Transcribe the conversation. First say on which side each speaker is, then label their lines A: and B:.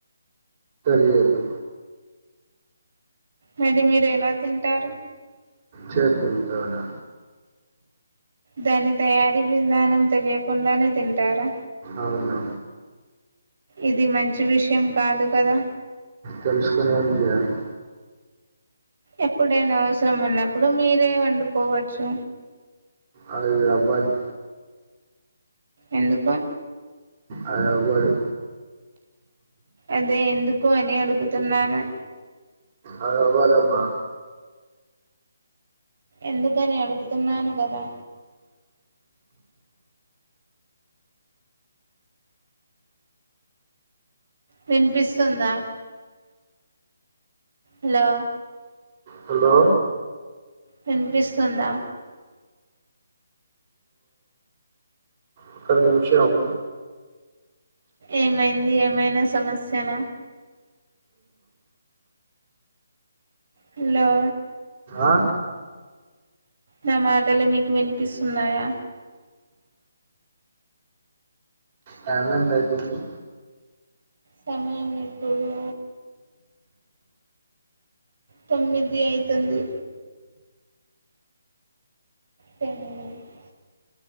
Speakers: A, on the right; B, on the right.
A: తెలియదు.
B: మరి మీరు ఎలా తింటారు.
A: చేతులతోనూ
B: దాని తయారీ విధానం తెలియకుండానే తింటారా.
A: అవును
B: ఇది మంచి విషయం కాదు కదా
A: తెలుసుకునీ ఏం చేయాలి.
B: ఎప్పుడైనా అవసరం ఉన్నప్పుడు మీరే వండుకోవచ్చు.
A: అది అవ్వదు
B: ఎందుకు?
A: అది అవ్వదు.
B: అదే ఎందుకు అని అడుగుతున్నాను.
A: అది అవ్వదమ్మా
B: ఎందుకని అడుగుతున్నాను గదా వినిపిస్తుందా హలో
A: హలో
B: వినిపిస్తుందా
A: ఒక్క నిమిషం
B: ఏమైంది ఏమైనా సమస్యన హలో
A: ఆ?
B: నా మాటలు మీకు వినిపిస్తున్నాయా!
A: టైమ్ ఎంత అయితుంది.
B: సమయం ఇప్పుడు తొమ్మిది అయితుంది టెన్ <unintelligible>